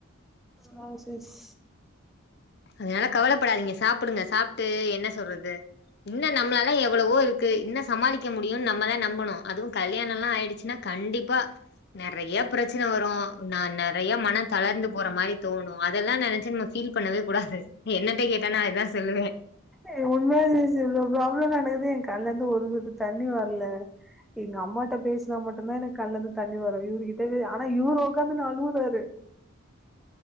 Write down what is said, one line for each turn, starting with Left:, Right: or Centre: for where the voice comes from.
Centre: ஆமாங்க சிஸ்
Left: அதனால கவலப்படாதீங்க சாப்புடுங்க சாப்ட்டு என்ன சொல்றது இன்னு நம்ளாலா எவ்ளவோ இரு க்கு இன்னு சமாளிக்க முடியுன் நம்மதா நம்பனு அதுவு கல்யாணொல்லா ஆய்டுச்சுன்னா கண்டிப்பா நறையா பிரச்சன வரு நா நறையா மன தளர்ந்து போற மாரி தோனு அதெல்லா நெனச்சு நம்ம ஃபீல் பண்ணவே கூடாது என்னட்டே கேட்டா நா இதா சொல்லுவே
Centre: எ உண்மயா சிஸ் இவ்ளோ ப்ராப்ளொ நடக்குது எ கண்லெந்து ஒரு சொட்டு தண்ணி வர்ல எங்க அம்மாட்ட பேசுனா மட்டுந்தா எனக்கு கண்லந்து தண்ணி வரு இவுரு கிட்ட ஆனா இவுரு ஒக்காந்துனு அழுவுறாரு